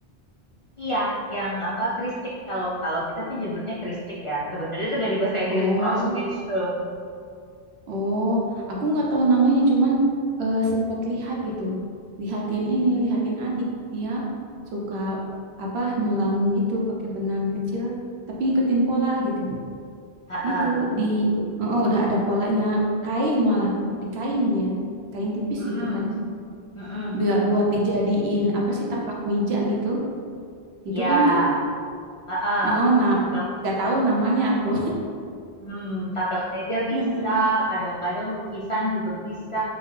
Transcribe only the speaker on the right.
Oh,
oh. Aku nggak tahu namanya, cuman eh, sempet lihat gitu. Lihatin ini, lihatin adik. Dia suka apa nyulam gitu pakai benang kecil tapi ngikutin pola gitu.
gitu di oh udah ada polanya kain malah bu- di kain dia kain tipis
gitu kan
Bia-
buat dijadiin apa sih taplak meja gitu gitu
kan Kak
oh nah
nggak tahu namanya
aku
<laughs>
Heeh,